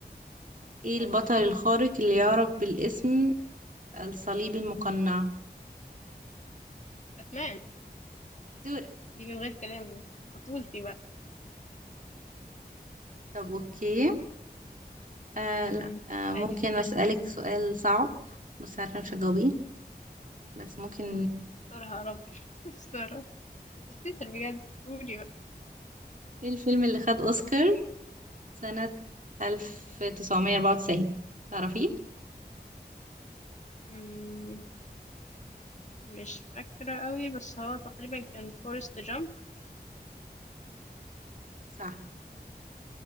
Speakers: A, on the right; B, on the left.
A: ايه البطل
B: أبي
A: الخارق اللي يعرف بالاسم الصليب المقنع
B: باتمان
A: دورة
B: دي من غير كلام بطولتي بقى
A: طب اوكي آه لا
B: امم
A: آه ممكن
B: عادي
A: اسألك سؤال صعب بس عارفة مش هتجاوبيه بس ممكن
B: استرها يا رب <laughs> استرها هتستر بجد قولي بقى
A: ايه الفيلم اللي خد اوسكار سنة 1994 تعرفيه
B: امم مش فاكرة قوي بس هو تقريبا كان فورست جامب
A: صح